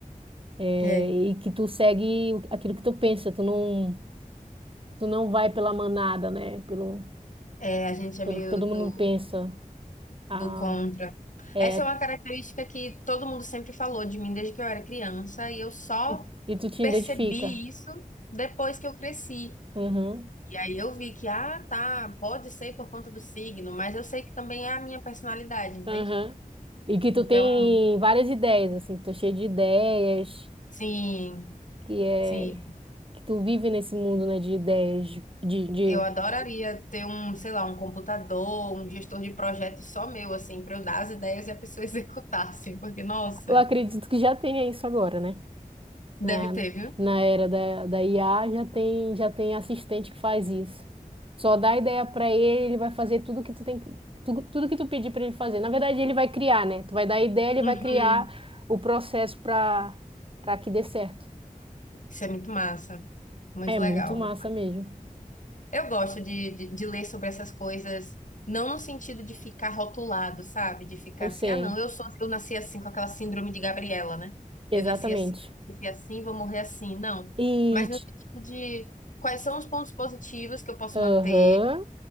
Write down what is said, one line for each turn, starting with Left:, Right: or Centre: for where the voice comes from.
Right: É,
Left: É,
Right: e que tu segue o- aquilo que tu pensa. Tu não, tu não vai pela manada, né? Pelo,
Left: é, a gente é
Right: pelo
Left: meio
Right: que todo mundo
Left: do
Right: pensa. Ah,
Left: do contra.
Right: é,
Left: Essa é uma característica que todo mundo sempre falou de mim desde que eu era criança, e eu só
Right: e, e tu te
Left: percebi
Right: identifica.
Left: isso depois que eu cresci.
Right: Uhum,
Left: E aí eu vi que, ah, tá, pode ser por conta do signo, mas eu sei que também é a minha personalidade, entende?
Right: uhum. E que tu
Left: Então,
Right: tem várias ideias, assim. Que tu é cheio de ideias.
Left: sim,
Right: Que é...
Left: sim,
Right: Que tu vive nesse mundo, né, de ideias, de, de, de
Left: eu adoraria ter um, sei lá, um computador, um gestor de projeto só meu, assim, para eu dar as ideias e a pessoa <laughs> executar, assim, porque, nossa,
Right: Eu acredito que já tenha isso agora, né?
Left: deve
Right: Na,
Left: ter, viu?
Right: na era da, da IA já tem, já tem assistente que faz isso. Só dá ideia para ele, ele vai fazer tudo que tu tem, tudo, tudo que tu pedir para ele fazer. Na verdade, ele vai criar, né? Tu vai dar a ideia, ele
Left: Uhum,
Right: vai criar o processo para para que dê certo.
Left: Isso é muito massa, muito
Right: É muito
Left: legal,
Right: massa
Left: né?
Right: mesmo.
Left: Eu gosto de, de, de ler sobre essas coisas, não no sentido de ficar rotulado, sabe? De ficar
Right: Eu
Left: assim,
Right: sei,
Left: ah, não, eu sou, assim, eu nasci assim com aquela síndrome de Gabriela, né?
Right: exatamente.
Left: Eu nasci assim, nasci assim, vou morrer assim. Não.
Right: E
Left: Mas no
Right: ti-
Left: sentido de quais são os pontos positivos que eu posso manter
Right: aham.